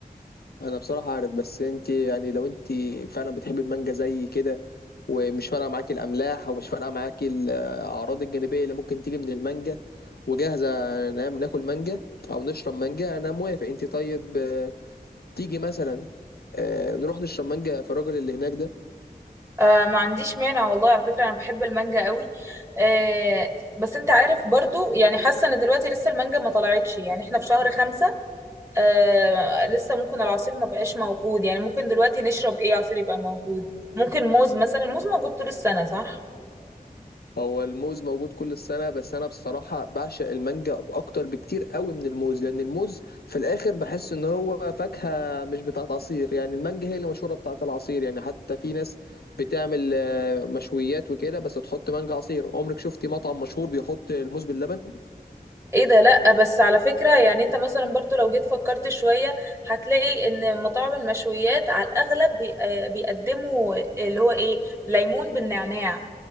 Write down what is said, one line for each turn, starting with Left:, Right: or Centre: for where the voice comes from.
Left: انا بصراحه عارف بس انت يعني لو انت فعلا بتحبي المانجا زي كده ومش فارقه معاكي الاملاح ومش فارقه معاكي الاعراض الجانبيه اللي ممكن تيجي من المانجا وجاهزه نعم ناكل مانجا او نشرب مانجا انا موافق انت طيب آه، تيجي مثلا آه، نروح نشرب مانجا في الراجل اللي هناك ده
Right: آه ما عنديش مانع والله على فكرة أنا بحب المانجا قوي آه بس أنت عارف برضو يعني حاسة إن دلوقتي لسه المانجا ما طلعتش يعني إحنا في شهر خمسة آه لسه ممكن العصير ما بقاش موجود يعني ممكن دلوقتي نشرب ايه عصير يبقى موجود ممكن موز مثلا الموز موجود طول السنة صح
Left: هو الموز موجود كل السنة بس أنا بصراحة بعشق المانجا أكتر بكتير قوي من الموز لأن الموز في الآخر بحس إن هو فاكهة مش بتاعت عصير يعني المانجا هي اللي مشهورة بتاعت العصير يعني حتى في ناس بتعمل آه، مشويات وكده بس تحط مانجا عصير عمرك شفتي مطعم مشهور بيحط الموز باللبن؟
Right: ايه ده لا بس على فكرة يعني انت مثلا برضو لو جيت فكرت شوية هتلاقي ان مطاعم المشويات على الاغلب بي- آه، بيقدموا اللي هو ايه ليمون بالنعناع